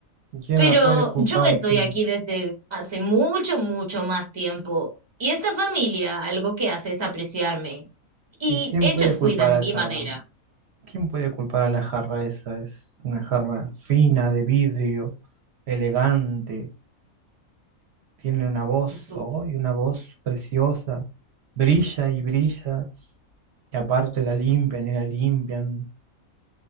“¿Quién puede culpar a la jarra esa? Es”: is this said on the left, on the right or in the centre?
Right